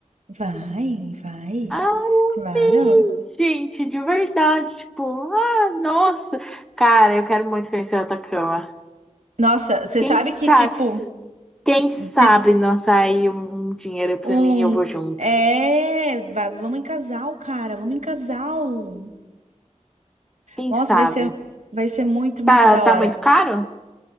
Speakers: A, on the right (about 65°); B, in the centre.
A: Vai, vai.
B: Ah,
A: Claro.
B: bem, gente, de verdade. Tipo, ah, nossa. Cara, eu quero muito conhecer o Atacama.
A: Nossa, você
B: Quem
A: sabe
B: sabe,
A: que, tipo,
B: quem sabe
A: de
B: não sair um um dinheiro pra
A: um.
B: mim e eu vou junto.
A: É, va- vamos em casal, cara, vamos em casal.
B: Quem
A: Nossa,
B: sabe?
A: vai ser, vai ser muito,
B: Tá,
A: muito da
B: tá
A: hora.
B: muito caro?